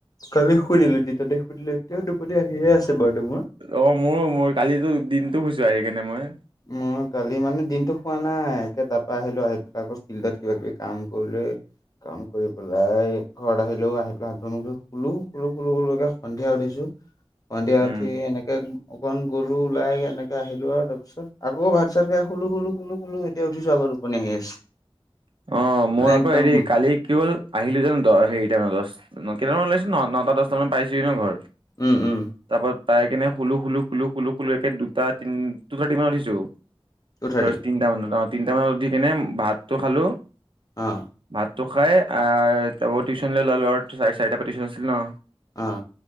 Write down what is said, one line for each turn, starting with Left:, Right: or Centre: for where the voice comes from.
Left: কালি শুই দিলো তিতাতে শুই দিলো এতিয়াও টোপনি আহিয়ে আছে বাৰু মোৰ।
Right: অ', মোৰো মোৰ কালিতো দিনতটো শুইছো আহি কিনে মই।
Left: মোৰ কালি মানে দিনটো হোৱা নাই একে তাৰপা আহিলো আহি পাই আকৌ ফিল্ডত কিবা কিবি কাম কৰিলে কাম কৰি পেলাই ঘৰত আহিলোঁ আহি পেলাই হাত ধন মু ধুলো শুলোঁ শুলো কোকে সন্ধিয়া উঠিছোঁ সন্ধিয়া
Right: উম।
Left: উঠি এনেকে অকনমান গ'লো ওলাই এনেকে আহিলো আৰু তাৰপিছত আকৌ ভাত চাই খাই শুলো, শুলো এতিয়া উঠছো আৰ টোপনি আহি আছে।
Right: অ', মোৰ
Left: মানে
Right: আকৌ
Left: একদম
Right: হেৰি কালি কি হ'ল আহিলো জানো হেৰিট নটা দহ কেইটামান ওলাইছো নটা দহটামান পাইছোঁ ঘৰ
Left: উম, উম
Right: তাৰপা পাই কিনে খুলো খুলো একে দুটা তিনি টু থাৰ্টি মান উঠিছোঁ।
Left: টু থাৰ্টি
Right: তিনটা মানত অ', তিনটামানত উঠি কেনে ভাতটো খালো
Left: অ'।
Right: ভাতটো খাই আহ ত টিউচনৈ ল'লো আৰু চাৰে চাৰিটাৰ পৰা টিউচন আছিলে ন।
Left: অহ।